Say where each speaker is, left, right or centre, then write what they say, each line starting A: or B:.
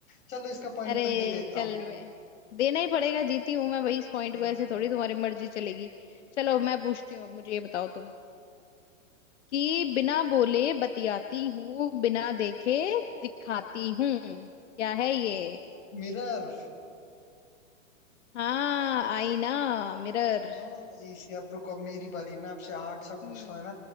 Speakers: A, on the left; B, on the left.
A: चलो इसका पॉइंट
B: अरे
A: मैं दे देता
B: चल
A: हूँ
B: बे देना ही पड़ेगा जीती हूं मैं भाई इस पॉइंट
A: हम्म
B: को ऐसे थोड़ी तुम्हारी मर्जी चलेगी चलो मैं पूछती हूँ अब मुझे ये बताओ तुम कि बिना बोले बतियाती हूँ बिना देखे दिखाती हूँ क्या है ये
A: मिरर
B: हाँ आईना मिरर
A: हाँ इसी अब रुको अब मेरी बारी मैं आपसे हार्ड सा पूछता
B: हम्म
A: हूँ है